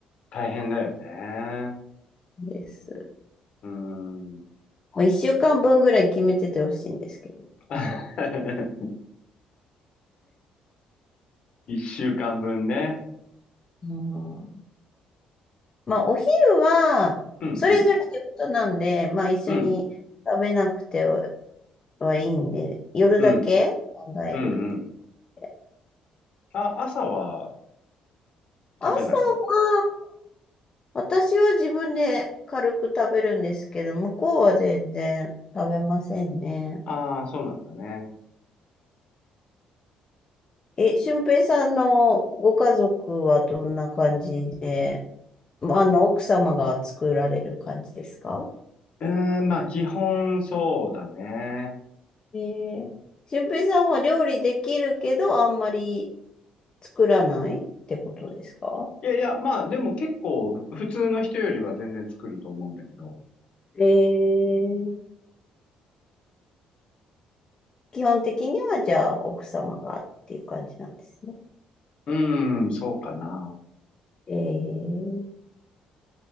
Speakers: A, on the left; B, on the left.
A: 大変だよね。
B: です。
A: うん。
B: もう一週間分ぐらい決めててほしいんですけど。
A: <laughs> 一週間分ね。
B: うん、まあ、お昼は、
A: うんう
B: それぞれってことなんで、まあ、一緒に食べなくては
A: ん。うん。
B: いいんで、夜だけ考えるって
A: うん。うんうん。
B: 言って。
A: あ、朝は
B: 朝
A: 食べないの
B: 私は自分で軽く食べるんですけど、向こうは全然食べませんね。
A: ああー、そうなんだね。
B: え、俊平さんのご家族はどんな感じで、まああの、奥様が作られる感じですか
A: うーん、まあ、基本そうだね。
B: えー、俊平さんは料理できるけど、あんまり作らないってことですか
A: いやいや、まあ、でも結構、普通の人よりは全然作ると思うんだけど。
B: えー、基本的にはじゃあ奥様がっていう感じなんですね。
A: うーん、そうかな。
B: えー